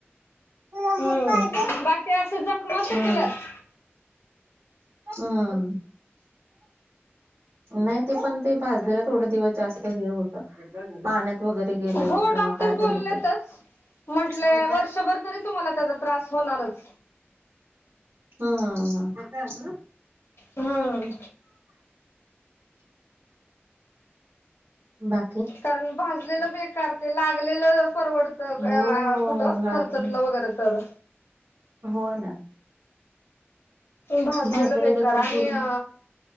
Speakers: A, on the right; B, on the left.
A: <unintelligible>
B: हम्म बाकी असे जखमा सुटल्यात
A: हा. हा नाही ते पण ते पाजलेला थोडं दिवस जास्त हे होतं पाण्यात वगैरे गेलं
B: हो
A: किंवा
B: डॉक्टर
A: काय झालं
B: बोलेतच
A: तर
B: म्हटले
A: हम्म
B: वर्षभर तरी तुम्हाला त्याचा त्रास होणारच.
A: हां हां हां.
B: हां.
A: बा
B: कारण भाजलेलं बेकार ते लागलेलं परवडतं क
A: हो
B: अ आ कुठं
A: लागून
B: खर्चटलं वगैरे तर.
A: हो ना.
B: भाजलेलं
A: भाजलेला
B: बेकार
A: जखम
B: आणि
A: पूर्ण
B: अ